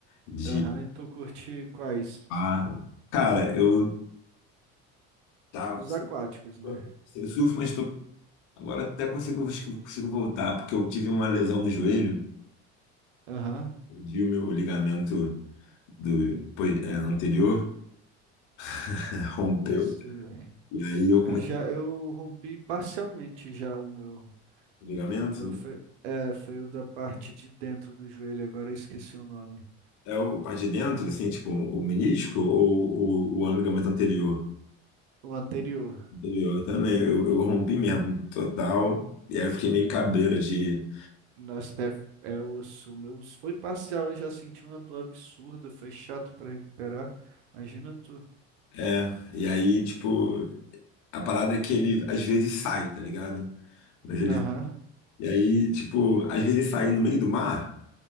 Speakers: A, on the left (about 60°); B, on the right (about 85°).
A: de
B: Aham, e tu curte quais?
A: ah, cara, eu tava
B: Dos
A: assim,
B: aquáticos, né?
A: eu surfo, mas tô, agora até consigo acho que eu consigo voltar porque eu tive uma lesão no joelho,
B: Aham.
A: perdi o meu ligamento do pois, é, anterior, <laughs> rompeu
B: Putz, velho.
A: e aí eu
B: Eu
A: comecei
B: já eu rompi parcialmente já o meu
A: com ligamento,
B: o meu
A: né,
B: foi, é, foi o da parte de dentro do joelho, agora eu esqueci o nome.
A: É o parte de dentro, assim, tipo, o menisco ou, ou o ligamento anterior?
B: O anterior.
A: Anterior também, eu, eu rompi mesmo, total. E aí eu fiquei meio cabreiro de.
B: Nossa, é, é osso. O meu foi parcial, eu já senti uma dor absurda, foi chato para recuperar. Imagina tu.
A: É, e aí, tipo, a parada é que ele às vezes sai, tá ligado? Mas ele,
B: Aham.
A: e aí, tipo, às vezes sair no meio do mar